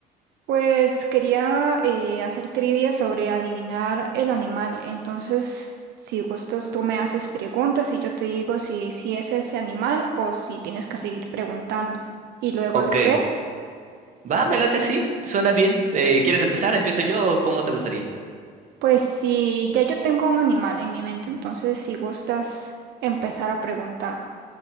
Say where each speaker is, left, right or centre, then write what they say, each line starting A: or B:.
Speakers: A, on the right (about 80°); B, on the right (about 45°).
A: Pues quería eh, hacer trivias sobre adivinar el animal. Entonces, si gustas, tú me haces preguntas y yo te digo si, si es ese animal o si tienes que seguir preguntando. Y luego
B: Ok,
A: al revés.
B: va, me late, sí, suena bien. Eh, ¿quieres empezar? ¿Empiezo yo o cómo te gustaría?
A: Pues si ya yo tengo un animal en mi mente, entonces si gustas empezar a preguntar.